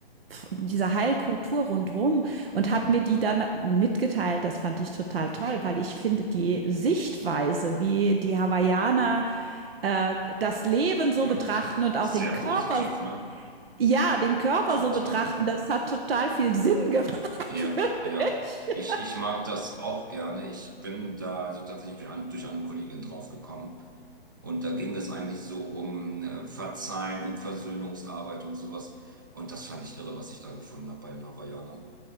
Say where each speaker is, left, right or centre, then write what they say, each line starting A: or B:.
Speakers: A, on the right (about 65°); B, on the right (about 20°).
A: diese Heilkultur rundherum und
B: Mhm.
A: hat mir die dann mitgeteilt. Das fand ich total toll, weil ich finde die Sichtweise, wie die Hawaiianer äh, das Leben so
B: Mhm.
A: betrachten und auch
B: Sehr
A: den Körper,
B: positiv, ne?
A: ja, den Körper
B: Total.
A: so betrachten, das hat total viel Sinn gemacht.
B: Ja, ja.
A: <laughs>
B: Ich, ich mag das auch gerne. Ich bin da also tatsächlich durch, ein, durch eine Kollegin draufgekommen. Und da ging es eigentlich so um äh, Verzeihen, um Versöhnungsarbeit und sowas. Und das fand ich irre, was ich da gefunden habe bei den Hawaiianern.